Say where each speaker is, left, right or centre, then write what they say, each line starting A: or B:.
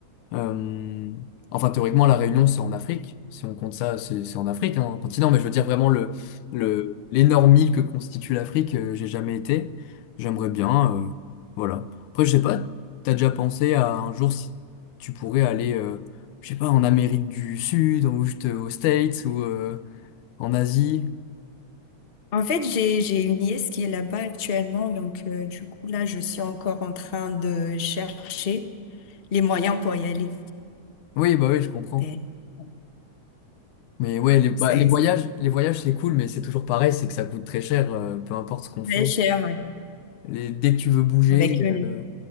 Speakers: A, on the left; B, on the left.
A: Euh, enfin, théoriquement, la Réunion, c'est en Afrique. Si on compte ça, c'est c'est en Afrique, hein, en continent. Mais je veux dire vraiment le, le, l'énorme île que constitue l'Afrique, euh, j'ai jamais été. J'aimerais bien. euh, voilà. Après, je sais pas, t'as déjà pensé à un jour si tu pourrais aller, euh, je sais pas, en Amérique du Sud, ou juste euh, aux States, ou euh, en Asie.
B: En fait, j'ai, j'ai une nièce qui est là-bas actuellement, donc euh, du coup, là, je suis encore en train de chercher les moyens pour y aller.
A: Oui, bah oui, je comprends.
B: Mais bon,
A: Mais ouais, les, bah,
B: c'est
A: les voyages, les voyages, c'est cool, mais c'est toujours pareil, c'est que ça coûte très cher, euh, peu importe ce qu'on fait.
B: c'est cher, ouais,
A: Les- dès que tu veux bouger.
B: avec le nez.
A: euh,